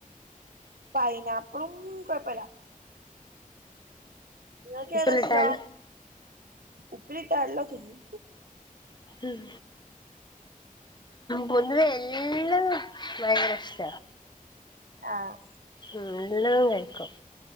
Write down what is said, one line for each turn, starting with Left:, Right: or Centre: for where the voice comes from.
Right: പൈനാപ്പളും കൊയപ്പല്ല നിങ്ങൾക്
Left: ഉപ്പിലിട്ടാൽ
Right: ഏതാ ഇഷ്ടം ഉപ്പലിട്ട നല്ലോം തിന്നും.
Left: ഉം പൊന്നു എല്ലുള്ളത് ഭയങ്കര ഇഷ്ട്ട
Right: ആഹ്
Left: മ് എല്ലതും കയിക്കും